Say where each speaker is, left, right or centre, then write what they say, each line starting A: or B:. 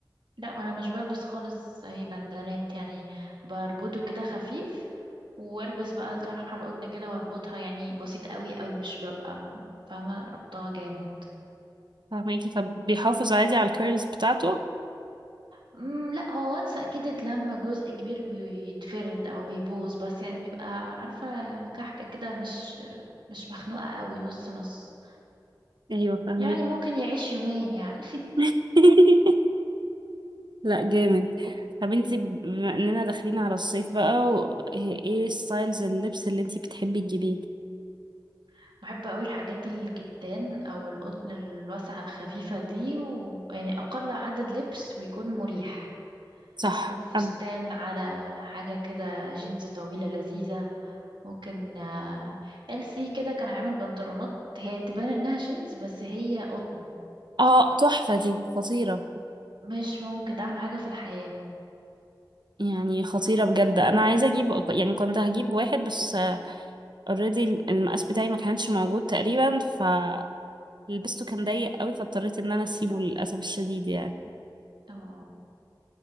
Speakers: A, on the right; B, on the right.
A: لا انا مش بلبس خالص اي بندانات يعني بربطه كده خفيف والبس بقى الطرحه القطن كده واربطها يعني بسيط قوي قوي مش ببقى م- فاهمه ربطها جامد
B: فهماكي فبيحافظ عادي على الكيرلز بتاعته
A: مم لا هو وانس اكيد اتلم جزء كبير بيتفرد او بيبوظ بس يعني بيبقى عارفه كحكه كده مش مش مخنوقه قوي نص نص
B: ايوه فهماكي
A: يعني ممكن يعيش يومين يعني
B: <laughs> لا جامد طب انت بما اننا داخلين على الصيف بقى و- ايه ستايلز اللبس اللي انت بتحبي تجيبيه
A: <laughs> بحب قوي الحاجات الكتان او القطن الواسعه الخفيفه دي ويعني اقل عدد لبس ويكون مريح
B: صح
A: ممكن فستان
B: أب-
A: على حاجة كده جينز طويلة لذيذة ممكن آه، ال سي كده كان عامل بنطلونات هي تبان انها جينز بس هي قطن
B: اه تحفة دي خطيرة
A: مش ممكن ده احلى حاجة في الحياة
B: يعني خطيرة بجد انا عايزة اجيب يعني كنت هجيب واحد بس اوريدي المقاس بتاعي ما كانش موجود تقريبا فلبسته كان ضيق قوي فاضطريت ان انا اسيبه للاسف الشديد يعني
A: اه